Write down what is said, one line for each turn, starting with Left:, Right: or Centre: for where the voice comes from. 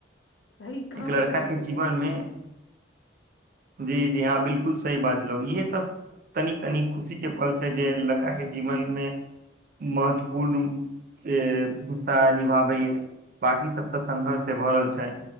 Left: सही कामो
Right: एक लड़का
Left: कऽ
Right: के
Left: सकै
Right: जीवन
Left: छथिन
Right: मे जी जी हँ बिलकुल सही बाजलो येह सब तनी तनी खुशी के पल छै जे लड़का के जीवन मे महत्वपूर्ण ए हिस्सा निभाबैए बाँकि सभ तऽ संघर्ष भ रहल छै